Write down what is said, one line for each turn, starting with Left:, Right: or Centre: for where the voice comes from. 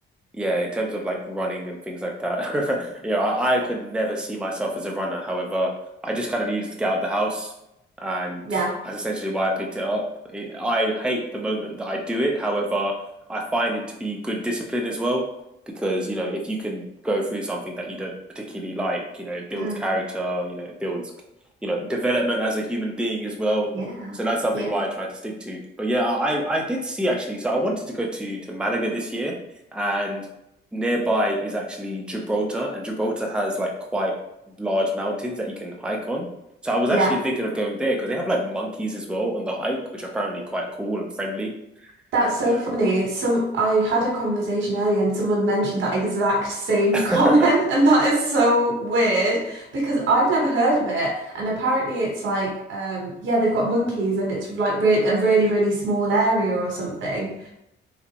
Centre: Yeah, in terms of like running and things like that, <laughs> you know, I, I could never see myself as a runner. However, I just kind of needed to get out of the house, and
Right: Yeah.
Centre: that's essentially why I picked it up. It, I hate the moment that I do it. However, I find it to be good discipline as well, because you know, if you can go through something that you don't particularly like, you know, it builds
Right: Oh,
Centre: character, you know, it builds, you know, development as a human being as well.
Right: yeah.
Centre: So that's something
Right: Yeah.
Centre: why I try to stick to. But yeah, I I did see actually. So I wanted to go to to Malaga this year and nearby is actually Gibraltar, and Gibraltar has like quite large mountains that you can hike on. So I was
Right: Yeah.
Centre: actually thinking of going there because they have like monkeys as well on the hike, which are apparently quite cool and friendly.
Right: That's
Centre: But
Right: so
Centre: yeah,
Right: funny. Some I had a conversation earlier and someone mentioned that exact same
Centre: <laughs>
Right: comment <laughs> and that is so weird because I've never heard of it and apparently it's like um yeah they've got monkeys and it's like re a really really small area or something.